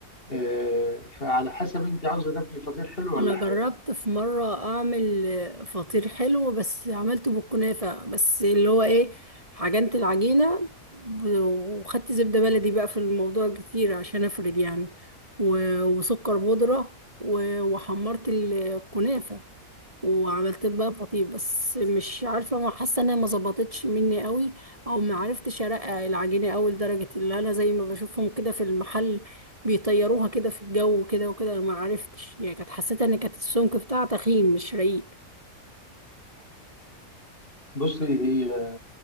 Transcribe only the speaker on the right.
انا
جربت
في مره اعمل آه، فطير حلو بس عملته بالكنافه بس اللي هو ايه عجنت العجينه ب- وخدت زبده بلدي بقى في الموضوع كتير عشان افرد يعني و- وسكر بودره و- وحمرت الكنافه وعملت بقى فطير بس مش عارفه ما حاسه انها ما ظبطتش مني قوي او ما عرفتش ارقق العجينه قوي لدرجه اللي انا زي ما بشوفهم كده في المحل بيطيروها كده في الجو وكده وكده انا ما عرفتش يعني كانت حسيت ان كانت السمك بتاعها تخين مش رقيق